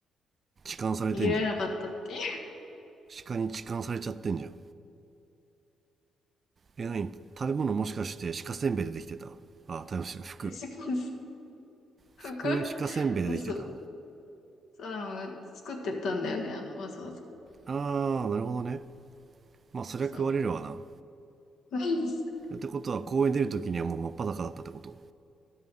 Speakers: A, on the right; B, on the left.
A: 痴漢されてんじゃん
B: 逃げられなかったってい
A: 鹿に痴漢されちゃってんじゃんえ何食べ物もしかして鹿せんべいでできてたあ食べ物服
B: う <laughs> 服
A: 服鹿せんべいでできてた
B: そう。あの、作ってたんだよね、あの、わざわざ。
A: あーなるほどねまあそりゃ食われるわな
B: そう。<laughs> ないです
A: ってことは公園出る時にはもう真っ裸だったってこと